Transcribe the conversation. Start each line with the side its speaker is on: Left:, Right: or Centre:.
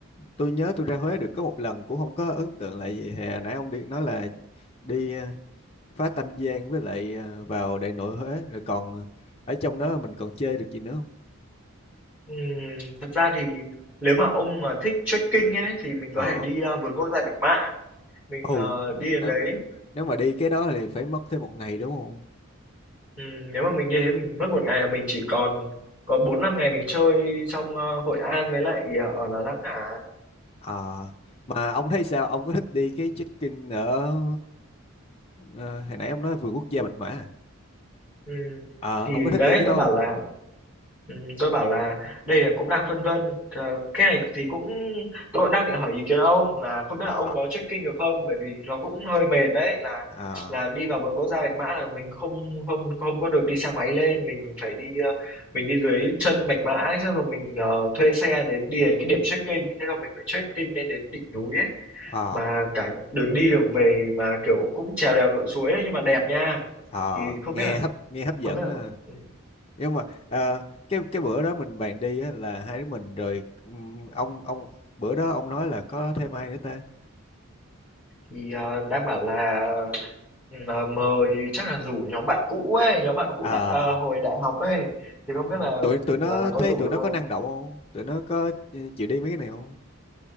Left: tôi nhớ tôi ra Huế được có một lần cũng không có ấn tượng là gì hè nãy ông đi nói là đi ờ, phá Tam Giang với lại ờ, vào Đại Nội Huế rồi còn ở trong đó mình còn chơi được gì nữa không
Centre: Ừm, thật ra thì nếu mà ông mà thích trekking ấy thì mình có
Left: ờ
Centre: thể đi ờ, vườn quốc gia Bạch Mã mình
Left: ồ
Centre: ờ, đi đến
Left: nếu
Centre: đấy
Left: nếu mà đi cái đó thì phải mất thêm một ngày đúng không
Centre: Ừm, nếu mà mình đi đến mình mất một ngày là mình chỉ còn có bốn năm ngày mình chơi trong ờ, Hội An với lại ờ, ở Đà Nẵng à
Left: ờ mà ông thấy sao ông có thích đi cái check-in ở ờ, hồi nãy ông nói vườn quốc gia Bạch Mã à?
Centre: Ừm,
Left: ờ
Centre: thì
Left: ông có thích
Centre: đấy
Left: đi cái
Centre: tôi
Left: đó
Centre: bảo
Left: không
Centre: là Ừm, tôi bảo là đây là cũng đang phân vân, ờ, cái này thì cũng tôi cũng đang định hỏi ý kiến ông là không biết là
Left: ờ
Centre: ông có trekking được không? Bởi vì nó cũng hơi mệt đấy, là
Left: ờ
Centre: là đi vào vườn quốc gia Bạch Mã là mình không không không có được đi xe máy lên, mình phải đi ờ, mình đi dưới chân Bạch Mã ấy, xong rồi mình ờ, thuê xe đến đi đến cái điểm trekking, thế là mình phải trekking lên đến đỉnh núi ấy,
Left: ờ
Centre: mà cả đường đi đường về mà kiểu cũng trèo đèo lội suối ấy, nhưng mà đẹp nha.
Left: ờ
Centre: Thì không
Left: nghe
Centre: biết là
Left: hấp nghe hấp dẫn
Centre: không biết là
Left: á
Centre: ừ,
Left: nhưng mà ờ, cái cái bữa đó mình bàn đi á là hai đứa mình rồi ừm, ông ông bữa đó ông nói là có thêm ai nữa ta
Centre: thì ờ, đang bảo là Là mời chắc là rủ nhóm bạn cũ ấy, nhóm bạn cũ
Left: ờ
Centre: đại ờ, hồi đại học ấy thì không biết
Left: ừm,
Centre: là
Left: tụi tụi nó
Centre: là là có
Left: thấy
Centre: rủ
Left: tụi
Centre: được
Left: nó
Centre: không?
Left: có năng động không tụi nó có ừ, chịu đi mấy cái này không